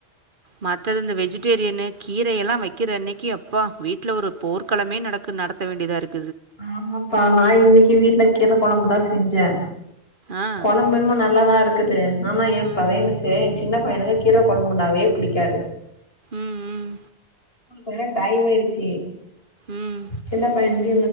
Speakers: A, on the right; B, on the left.
A: மத்தது இந்த வெஜிடேரியனு கீரய எல்லாம் வைக்கிற அன்னைக்கு அப்பா வீட்டுல ஒரு போர்க்களமே நடக்கு நடத்த வேண்டியதா இருக்கு
B: ஆமாப்பா நான இன்னைக்கு வீட்டு்ல கீர கொழம்புதான் செஞ்சேன்
A: ஆ.
B: குழம்யென்மும் நல்லாதான் இரு இக்குது ஆமா என்
A: ம்.
B: பதையனுக்கு சின்ன பையனுக்கு கீர கொழம்புனாவே பிடிக்காது
A: ம் ம்
B: <inaudible> வேற டைம்யிடுச்சு
A: ம்.
B: சின பயனுகு